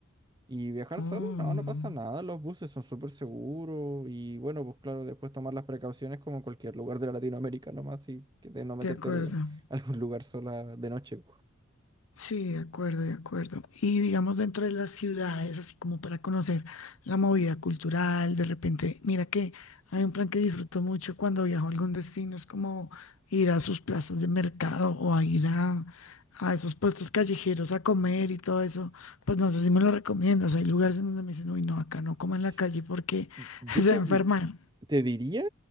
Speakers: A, on the right; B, on the left.
A: Y viajar
B: Oh,
A: solo, no, no pasa nada, los buses son súper seguros y bueno, pues claro, después tomar las precauciones como en cualquier lugar de la Latinoamérica nomás y que de no meterte
B: de acuerdo.
A: al- <laughs> a algún lugar sola de noche.
B: Sí, de acuerdo, de acuerdo. Y digamos dentro de las ciudades, así como para conocer la movida cultural, de repente, mira que hay un plan que disfruto mucho cuando viajo a algún destino, es como ir a sus plazas de mercado o a ir a, a esos puestos callejeros a comer y todo eso. Pues no sé si me lo recomiendas. Hay lugares en donde me dicen, uy, no, acá no coman
A: S-
B: en la calle porque
A: Yo
B: <laughs> se
A: te,
B: va a enfermar.
A: di- te diría